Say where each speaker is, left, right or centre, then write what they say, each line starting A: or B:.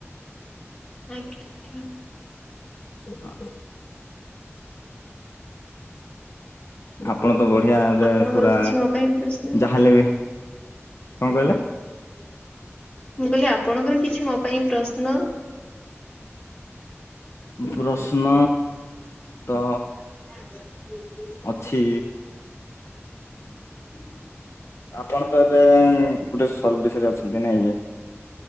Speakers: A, on the left; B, on the left.
A: ଆଜ୍ଞା-ଆଜ୍ଞା।
B: ହଁ। ଆପଣ ତ ବଢିଆରେ
A: ଆପଣଙ୍କର
B: ପୁରା
A: କିଛି ମୋ ପାଇଁ ପ୍ରଶ୍ନ?
B: ଯାହାଲେ ବି କଣ କହିଲେ?
A: ମୁଁ କହିଲି ଆପଣଙ୍କର କିଛି ମୋ ପାଇଁ ପ୍ରଶ୍ନ?
B: ପ୍ରଶ୍ନ ତ
A: <unintelligible>
B: ଅଛି। ଆପଣ ତ ଏବେ ଗୋଟେ ସର୍ଭିସ୍ ରେ ଅଛନ୍ତି ନାଇଁକି?